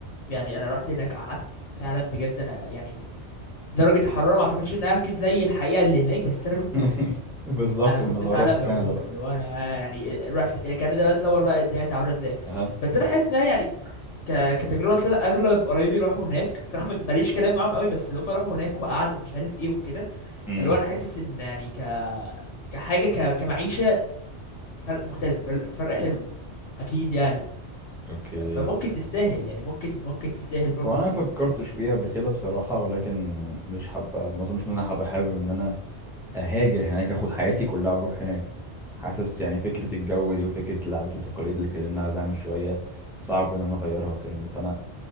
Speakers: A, on the left; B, in the centre.
A: يعني انا رحت هناك قعدت فعلا بجد انا يعني درجة الحرارة ما اعتقدش انها اكيد زي الحقيقة اللي هناك بس انا
B: <laughs>
A: كنت بموت
B: بالظبط
A: انا كنت
B: أمال لو
A: فعلا
B: روحت
A: بموت
B: كندا بقى
A: اللي هو انا يعني رحت كان ده اتصور بقى الدنيا كانت عامله ازاي
B: أها
A: بس انا حاسس ان أنا يعني ك... كتجربه أصل أنا اغلب قرايبي راحوا هناك الصراحه ما- ماليش كلام معاهم قوي بس اللي هم راحوا هناك وقعدوا ومش عارف ايه وكده
B: امم
A: فاللي هو انا حاسس ان يعني ك كحاجه ك... كمعيشه فرق مختلف فرق, فرق حلو اكيد يعني
B: أوكي
A: ف... فممكن تستاهل يعني ممكن ممكن تستاهل برضو
B: هو أنا مفكرتش فيها قبل كده بصراحة ولكن مش حابة ما أظنش إن أنا هبقى حابب إن أنا اهاجر هناك اخد حياتي كلها واروح هناك حاسس يعني فكرة الجو دي وفكرة العادات والتقاليد اللي اتكلمنا عليها من شوية صعب ان انا اغيرها والكلام ده فانا